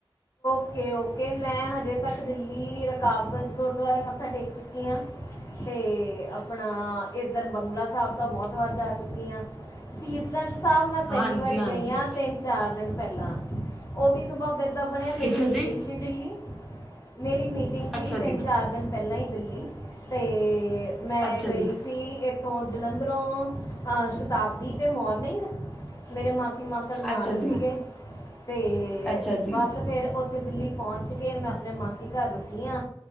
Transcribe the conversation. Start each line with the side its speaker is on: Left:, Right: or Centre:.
Left: ਓਕੇ-ਓਕੇ, ਮੈਂ ਹਜੇ ਤੱਕ ਦਿੱਲੀ ਰਕਾਬਗੰਜ ਗੁਰਦੁਆਰੇ ਮੱਥਾ ਟੇਕ ਚੁੱਕੀ ਹਾਂ। ਤੇ ਆਪਣਾ ਇੱਧਰ ਬੰਗਲਾ ਸਾਹਿਬ ਤਾਂ ਬਹੁਤ ਵਾਰ ਜਾ ਚੁੱਕੀ ਹਾਂ। ਸੀਸ ਗੰਜ ਸਾਹਿਬ, ਮੈਂ ਪਹਿਲੀ
Centre: ਹਾਂਜੀ
Left: ਵਾਰੀ
Centre: ਹਾਂਜੀ
Left: ਗਈ ਹ ਤਿੰਨ-ਚਾਰ ਦਿਨ ਪਹਿਲਾਂ ਉਹ ਵੀ ਕਿੱਦਾਂ ਬਣਿਆ ਮੇਰੀ
Centre: ਕਿੱਥੇ
Left: ਮੀਟਿੰਗ
Centre: ਜੀ
Left: ਸੀ ਦਿੱਲੀ। ਮੇਰੀ ਮੀਟਿੰਗ ਸੀ
Centre: ਅੱਛਾ
Left: ਤਿੰਨ
Centre: ਜੀ
Left: ਚਾਰ ਦਿਨ ਪਹਿਲਾਂ ਹੀ ਦਿੱਲੀ ਤੇ ਮੈਂ
Centre: ਅੱਛਾ
Left: ਗਈ
Centre: ਜੀ
Left: ਸੀ। ਇੱਥੋਂ ਜਲੰਧਰੋਂ ਅਹ ਸ਼ਤਾਬਦੀ ਤੇ ਮੌਲ ਨਹੀਂ ਮੇਰੇ ਮਾਸੀ ਮਾਸੜ ਨਾਲ
Centre: ਅੱਛਾ
Left: ਹੀ
Centre: ਜੀ
Left: ਸੀਗੇ ਤੇ
Centre: ਅੱਛਾ ਜੀ
Left: ਬਸ ਫਿਰ ਉੱਥੇ ਦਿੱਲੀ ਪਹੁੰਚ ਕੇ ਮੈਂ ਆਪਣੇ ਮਾਸੀ ਘਰ ਰੁਕੀ ਹਾਂ